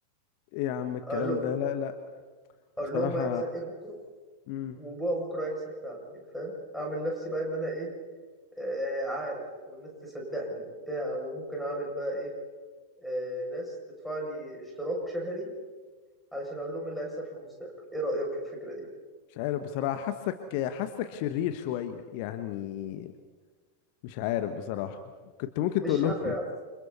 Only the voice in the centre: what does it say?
اقول له
اقول
لهم هيحصل ايه بكره
وبكره هيحصل فعلا يعني فاهم اعمل نفسي بقى ان انا ايه آه عارف والناس تصدقني وبتاع وممكن اعمل بقى ايه آه، ناس تدفع لي اشتراك شهري علشان اقول لهم إيه اللي هيحصل في المستقبل ايه رأيك في الفكرة دي
مش
شر
يا عم